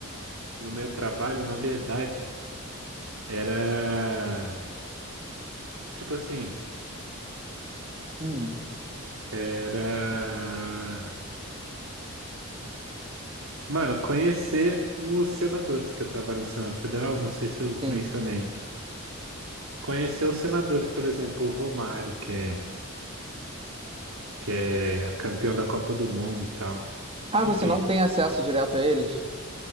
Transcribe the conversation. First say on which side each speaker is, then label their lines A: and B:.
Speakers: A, on the right; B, on the right.
A: no meu trabalho, na verdade, era. Tipo assim,
B: Hum,
A: era. Mano, conhecer os senadores, que eu trabalho no Senado Federal, não sei se eu
B: sim.
A: mencionei, né? Conhecer os senadores, por exemplo, o Romário, que é, que é campeão da Copa do Mundo e tal.
B: Ah,
A: Enfim.
B: você não tem acesso direto a eles?